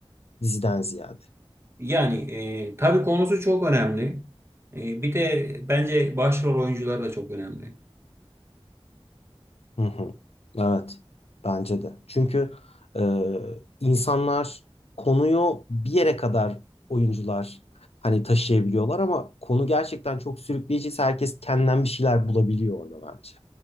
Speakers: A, on the left; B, on the right.
A: diziden ziyade?
B: Yani e, tabii konusu çok önemli. E, bir de bence başrol oyuncuları da çok önemli.
A: Hı hı. Evet, bence de. Çünkü e, insanlar konuyu bir yere kadar oyuncular hani taşıyabiliyorlar ama konu gerçekten çok sürükleyiciyse herkes kendinden bir şeyler bulabiliyor orada bence.